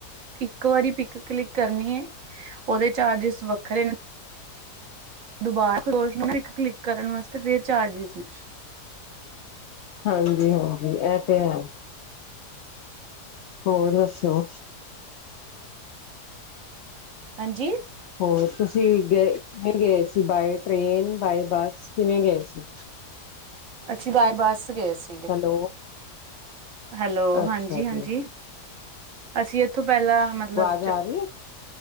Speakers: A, on the right; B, on the left.
A: ਇੱਕ ਵਾਰੀ ਪਿਕ ਕਲਿੱਕ ਕਰਨੀ ਹੈ ਉਹਦੇ ਚਾਰਜਿਸ ਵੱਖਰੇ ਨੇ। ਦੁਬਾਰਾ ਖਰਗੋਸ਼ ਨੂੰ ਇੱਕ ਕਲਿੱਕ ਕਰਨ ਵਾਸਤੇ ਫਿਰ ਚਾਰਜਿਸ ਨੇ।
B: ਹਾਂਜੀ ਹਾਂਜੀ ਇਹ ਤੇ ਹੈ ਹੋਰ ਦੱਸੋ
A: ਹਾਂਜੀ
B: ਹੋਰ ਤੁਸੀਂ ਗਏ ਕਿਵੇਂ ਗਏ ਸੀ ਬਾਏ ਟ੍ਰੇਨ ਬਾਏ ਬੱਸ ਕਿਵੇਂ ਗਏ ਸੀ
A: ਅੱਛੀ ਬਾਏ ਬੱਸ ਗਏ ਸੀ
B: ਹੈਲੋ
A: ਹੈਲੋ
B: ਅੱਛਾ
A: ਹਾਂਜੀ ਹਾਂਜੀ
B: ਜੀ
A: ਅਸੀਂ ਇਥੋਂ ਪਹਿਲਾਂ ਮਤਲਬ
B: ਆਵਾਜ਼ ਆ ਰਹੀ ਹੈ